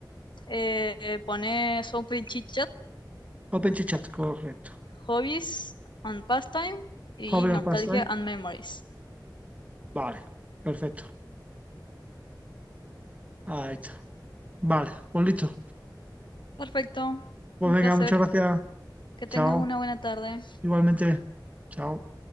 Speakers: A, on the left; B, on the right.
A: Eh, pone Soapy Chit Chat,
B: OpenChat, correcto.
A: Hobbies and Pastime y
B: Joven
A: Nostalgia
B: Sí. OpenStack,
A: and Memories.
B: vale, perfecto. Ahí está. Vale, pues listo.
A: Perfecto,
B: Pues
A: un
B: venga,
A: placer.
B: muchas gracias.
A: Que tengas
B: Chao.
A: una buena tarde.
B: Igualmente. Chao.